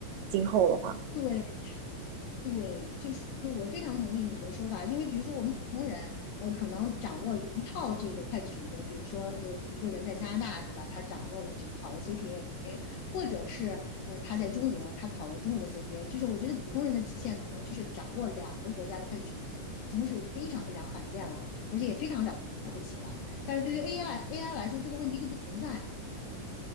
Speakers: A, on the right; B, on the left.
A: 今后的话，
B: 对，对，就是我非常同意你的说法，因为比如说我们普通人，呃，可能掌握一套这个会计准则，比如说，呃，一个人在加拿大，对吧？他掌握了这个考了 CPA，或者是呃他在中国，他考了中国的 CPA，就是我觉得普通人的极限可能就是掌握两个国家的会计准则，已经是非常非常罕见了，而且也非常了不起了。但是对于 AI AI 来说，这个问题就不存在，